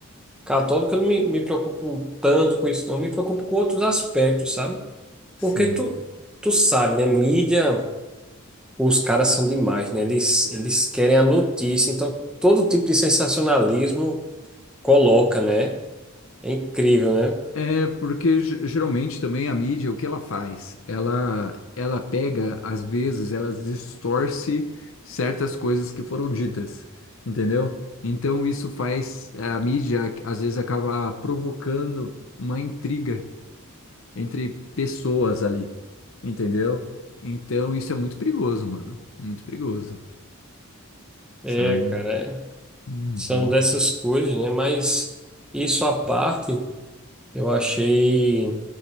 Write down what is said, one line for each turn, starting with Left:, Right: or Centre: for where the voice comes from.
Centre: Católico, eu não me, me preocupo tanto com isso, não. Me preocupo com outros aspectos, sabe?
Left: sim.
Centre: Porque tu, tu sabe, né? Mídia, os caras são demais, né? Eles, eles querem a notícia. Então, todo tipo de sensacionalismo coloca, né? É incrível, né?
Left: É porque ge- geralmente também a mídia, o que ela faz? Ela, ela pega, às vezes, ela distorce certas coisas que foram ditas, entendeu? Então isso faz é, a mídia, às vezes, acaba provocando uma intriga entre pessoas ali, entendeu? Então isso é muito perigoso, mano. Muito perigoso,
Centre: É,
Left: sabe?
Centre: cara. é.
Left: Uhum.
Centre: São dessas coisas, né? Mas isso à parte, eu achei.